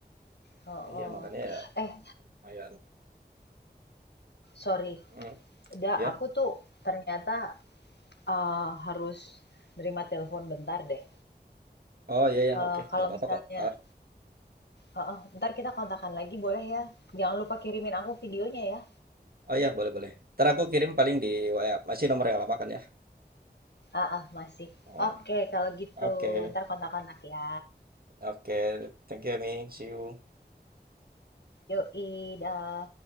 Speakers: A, on the left; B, on the right.
A: Heeh.
B: Iya makanya ya
A: Eh,
B: lumayan,
A: sorry,
B: mhm,
A: Da,
B: iya,
A: aku tuh ternyata eh, harus nerima telepon bentar deh.
B: oh iya iya
A: Eh,
B: oke
A: kalau
B: nggak apa-apa
A: misalnya,
B: kok, heeh,
A: heeh, ntar kita kontakkan lagi boleh ya? Jangan lupa kirimin aku videonya ya.
B: oh iya boleh boleh, entar aku kirim paling di WA, masih nomor yang lama kan ya?
A: Ah ah, masih.
B: Oh,
A: Oke, kalau gitu
B: oke
A: ntar kontak-kontak ya.
B: oke, thank you ya Mi, see you.
A: Yoi, dah.